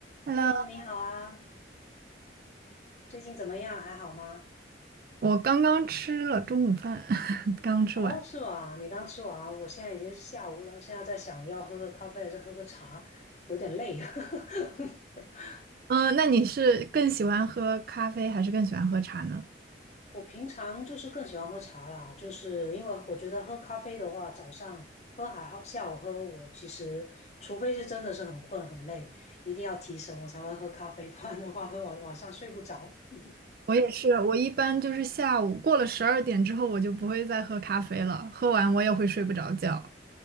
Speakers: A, on the right; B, on the left.
A: Hello，
B: Hello，你好啊，最近怎么样？还好吗？
A: 我刚刚吃了中午饭，<laughs> 刚吃完。
B: 哦，是吧？你刚吃完，我现在已经是下午了，现在在想要喝个咖啡还是喝个茶，有点累。<laughs>
A: 嗯，那你是更喜欢喝咖啡还是更喜欢喝茶呢？
B: 我平常就是更喜欢喝茶啦，就是因为我觉得喝咖啡的话，早上喝还好，下午喝我其实除非是真的是很困很累，一定要提神我才会喝咖啡，<laughs> 不然的话喝完晚上睡不着。<laughs>
A: 我也是，我一般就是下午过了十二点之后，我就不会再喝咖啡了，喝完我也会睡不着觉。